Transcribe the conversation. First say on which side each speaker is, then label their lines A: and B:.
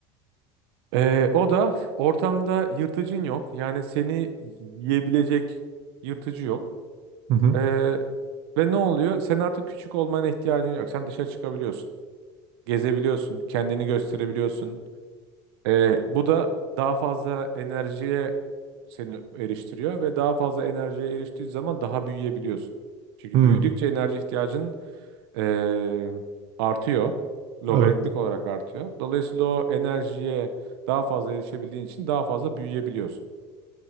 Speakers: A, on the right (about 75°); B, on the right (about 50°).
A: Ee, o da ortamda yırtıcın yok. Yani seni yiyebilecek yırtıcı yok.
B: Hı hı.
A: Ee, ve ne oluyor? Sen artık küçük olmana ihtiyacın yok. Sen dışarı çıkabiliyorsun. Gezebiliyorsun. Kendini gösterebiliyorsun. Ee, bu da daha fazla enerjiye seni eriştiriyor ve daha fazla enerjiye eriştiğin zaman daha büyüyebiliyorsun. Çünkü
B: Hı,
A: büyüdükçe enerji ihtiyacın ee, artıyor. Logaritmik
B: evet.
A: olarak artıyor. Dolayısıyla o enerjiye daha fazla erişebildiğin için daha fazla büyüyebiliyorsun.